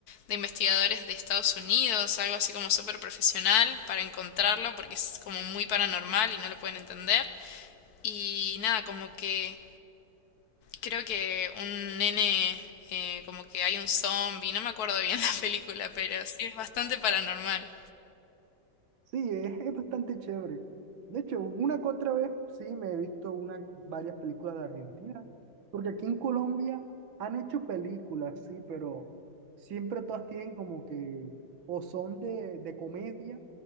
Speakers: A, on the left; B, on the right.
A: de investigadores de Estados Unidos, algo así como súper profesional para encontrarlo porque es como muy paranormal y no lo pueden entender. Y nada, como que creo que un nene, eh, como que hay un zombie, no me acuerdo bien <laughs> la película, pero sí es bastante paranormal.
B: Sí, es, es bastante chévere. De hecho, una que otra vez sí me he visto una, varias películas de Argentina, porque aquí en Colombia han hecho películas, sí, pero siempre todas tienen como que o son de, de comedia